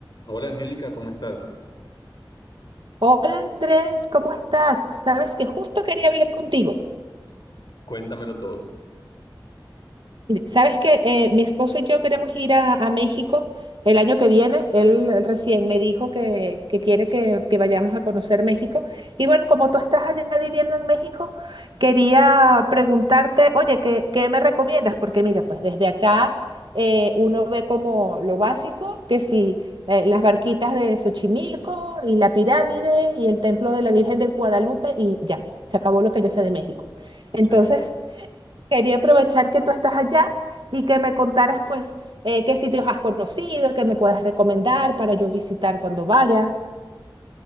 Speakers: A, on the left; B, on the right.
A: Hola Angélica, ¿cómo estás?
B: Hola Andrés, ¿cómo estás? Sabes que justo quería hablar contigo.
A: Cuéntamelo todo.
B: Mira, Sabes que eh, mi esposo y yo queremos ir a, a México el año que viene. Él, él recién me dijo que, que quiere que, que vayamos a conocer México. Y bueno, como tú estás allá viviendo en México, quería preguntarte, oye, ¿qué, qué me recomiendas? Porque mira, pues desde acá eh, uno ve como lo básico, que si eh, las barquitas de Xochimilco y la pirámide y el templo de la Virgen de Guadalupe y ya, se acabó lo que yo sé de México. Entonces,
A: Sí.
B: Quería aprovechar que tú estás allá y que me contaras, pues, eh, qué sitios has conocido, qué me puedes recomendar para yo visitar cuando vaya.